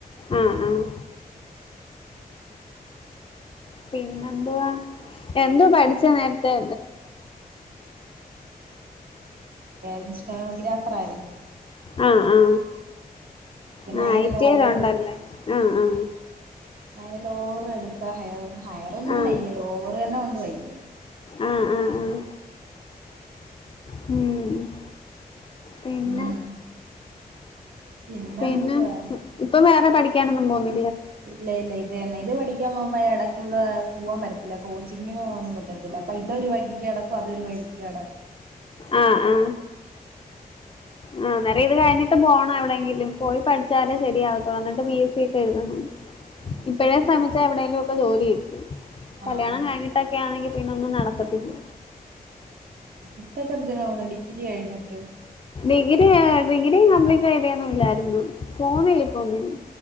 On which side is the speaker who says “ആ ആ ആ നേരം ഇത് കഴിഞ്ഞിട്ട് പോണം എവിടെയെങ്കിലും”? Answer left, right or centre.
Left